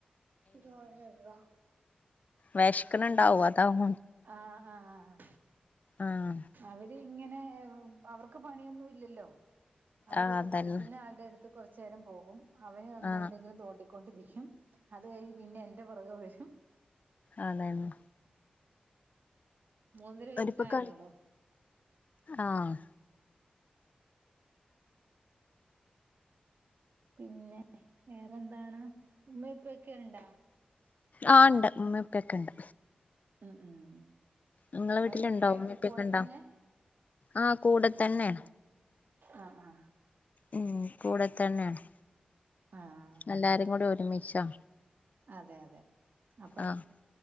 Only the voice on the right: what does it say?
ചോറ് തരോ
ആ ആഹ്
അവര് ഇങ്ങനെ അവർക്ക് പണിയൊന്നും ഇല്ലല്ലോ അവരപ്പം
പഠിക്കുന്ന ആളുടെ അടുത്ത് കൊറച്ച് ചേരം പോകും അവന് വന്ന്
എന്തെങ്കിലും തോണ്ടി കൊണ്ടിരിക്കും അത് കഴിഞ്ഞ് പിന്നെ എന്റെ പുറകെ വരും
മൂന്നര
വയസ്സായോള്ളൂ
പിന്നെ വേറെന്താണ് ഉമ്മ ഉപ്പ യൊക്കെണ്ട
ഉം ഉം ഉം
അവരൊക്കെ
കൂടെ
തന്നെ
അ ആ
ആഹ്
അതെ അതെ അപ്പൊ